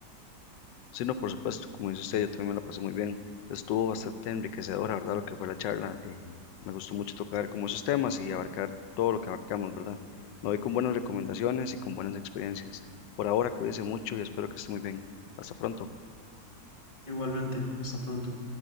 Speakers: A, on the left; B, on the left.
A: Sí, no, por supuesto, como dice usted, yo también me la pasé muy bien. Estuvo bastante enriquecedora, ¿verdad? Lo que fue la charla. eh, me gustó mucho tocar como esos temas y abarcar todo lo que abarcamos, ¿verdad? Me voy con buenas recomendaciones y con buenas experiencias. Por ahora, cuídese mucho y espero que esté muy bien. Hasta pronto.
B: Igualmente, hasta pronto.